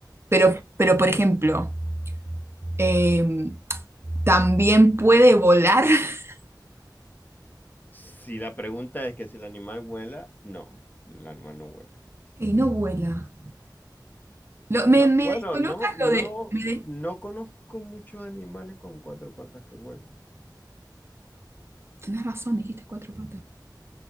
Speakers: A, on the right; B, on the left.
A: pero, pero por ejemplo, eh, también puede volar. <laughs>
B: Si la pregunta es que si el animal vuela, no, el animal no vuela.
A: Y no vuela. Lo-
B: Bueno,
A: me, me
B: bueno,
A: descoloca
B: no, no,
A: lo de... Me de-
B: no conozco muchos animales con cuatro patas que vuelan.
A: tenés razón, dijiste cuatro patas.